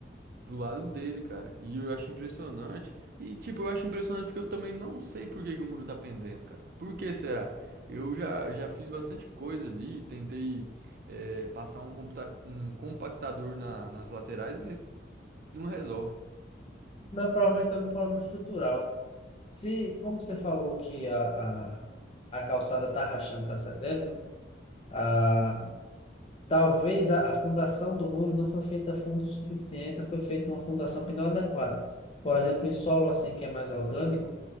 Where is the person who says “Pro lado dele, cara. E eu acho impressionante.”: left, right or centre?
Right